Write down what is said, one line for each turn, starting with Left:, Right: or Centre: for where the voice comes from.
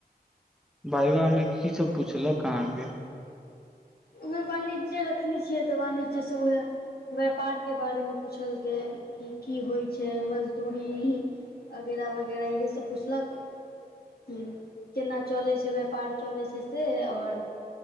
Centre: भाइबा मे की सब पूछलक अहाँके
Left: उहे वाणिज्य रखने छियै तऽ वाणिज्यसँ उहे व्यापार के बारेमे पूछलक कि की होइ छै मजदूरी अगैरह वगैरह इहे सब पुछलकै की केना चलै छै व्यापार चलै छै से और